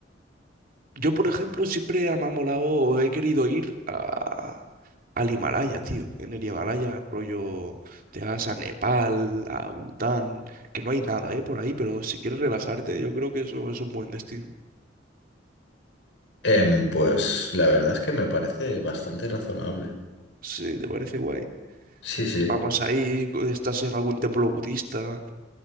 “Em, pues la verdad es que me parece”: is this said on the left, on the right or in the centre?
Left